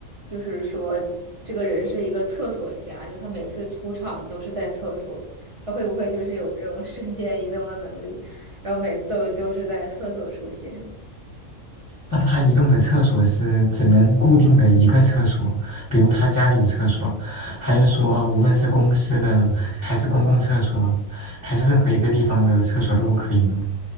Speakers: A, on the right; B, on the left.
A: 就是说这个人是一个厕所侠，就是他每次出场都是在厕所，他会不会就是有这种瞬间移动的能力，然后每次都都是在厕所出现？
B: 那他移动的厕所是只能固定的一个厕所，比如他家里的厕所，还是说无论是公司的，还是公共厕所，还是任何一个地方的厕所都可以的？